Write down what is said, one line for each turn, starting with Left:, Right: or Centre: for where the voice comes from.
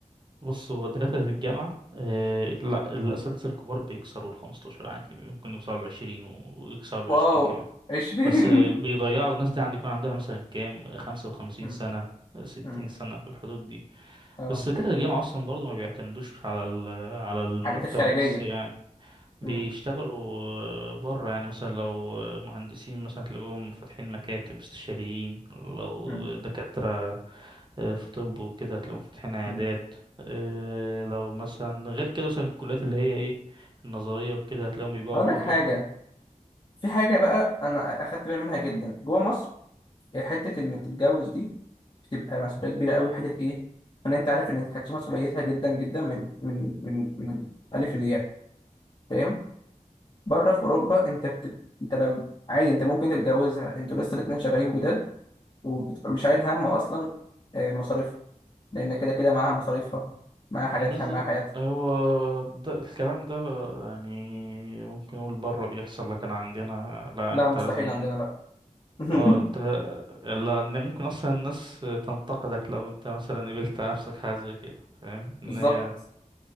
Right: بص هو الدكاترة في الجامعة آه لا الأساتذة الكبار بيكسروا ال 15 عادي ممكن يوصلوا ل 20 ويكسروا ال
Left: واو
Right: 20 كمان
Left: 20
Right: بس آه بيضيعوا الناس دي عندي يكون عندها مثلا كام 55
Left: م-
Right: سنة 60
Left: م- <laughs>
Right: سنة في الحدود دي
Left: اه
Right: بس دكاترة الجامعة أصلا برضو ما بيعتمدوش على ال- على المرتب
Left: الحاجات الخارجية
Right: بس يعني
Left: م-
Right: بيشتغلوا بره يعني مثلا لو مهندسين مثلا تلاقوهم فاتحين مكاتب استشاريين لو
Left: م-
Right: دكاترة آه، في طب وكده تلاقوهم فاتحين عيادات
Left: م.
Right: آه، لو مثلا غير كده مثلا الكليات اللي هي ايه النظرية وكده هتلاقيهم بيبيعوا
Left: اقول
Right: كتب
Left: لك حاجه في حاجه بقى انا اخدت بالي منها جدا جوه مصر حته انك تتجوز دي بتبقى مسؤوليه كبيره قوي في حته ايه ان انت عارف ان انت هتشيل مسؤوليتها جدا جدا من من من من الالف للياء فاهم بره في اوروبا انت بتبقى انت لو عادي انت ممكن تتجوزها انتوا لسه الاتنين شغالين جداد وبتبقى مش شايل هم اصلا آه، مصاريف لان كده كده معاها مصاريفها معاها حاجاتها
Right: بز...
Left: معاها حياتها
Right: هو ده الكلام ده يعني ممكن نقول بره بيحصل لكن عندنا لا
Left: لا
Right: انت
Left: مستحيل
Right: لازم
Left: عندنا لا <laughs>
Right: اه انت لان ممكن اصلا الناس تنتقدك لو انت مثلا قبلت على نفسك حاجه زي كده فاهم ان
Left: بالظبط
Right: هي